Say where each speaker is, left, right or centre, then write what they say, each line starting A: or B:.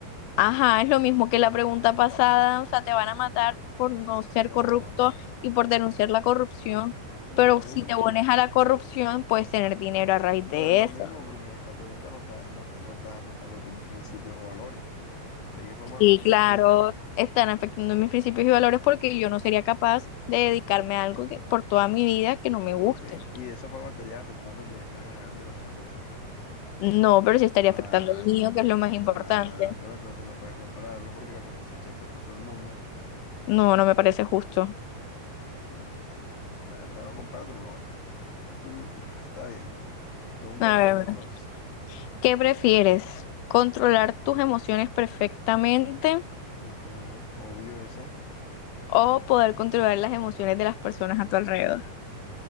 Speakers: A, on the left; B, on the left.
A: Ajá, es lo mismo que la pregunta pasada, o sea, te van a matar por no ser
B: no,
A: corrupto
B: no,
A: y por denunciar
B: no
A: la corrupción,
B: no
A: pero
B: es lo
A: si
B: mismo
A: te pones a la corrupción, puedes tener dinero a raíz
B: No
A: de
B: es lo
A: eso.
B: mismo porque en esta pregunta no está, no, no estás afectando tus principios o valores. ¿De qué forma
A: Y
B: los afectaría?
A: claro, están afectando mis principios y valores porque yo no sería capaz de dedicarme a algo que, por toda mi vida que no me
B: Ok,
A: guste.
B: y de esa forma estarías afectando el bienestar general de las demás personas.
A: No, pero sí estaría
B: Ah,
A: afectando el mío, que es lo más importante.
B: ah, pero entonces no puedes compararlo porque la corrupción se afecta a todo el mundo.
A: No, no me parece justo.
B: Mm, la verdad no comparto, pero bueno. Tú, <sighs> está bien. Pregúntame
A: A
B: tú
A: ver,
B: a mí entonces.
A: ¿qué prefieres? ¿Controlar tus emociones perfectamente?
B: Ujú, obvio ese.
A: o poder controlar las emociones de las personas a tu alrededor.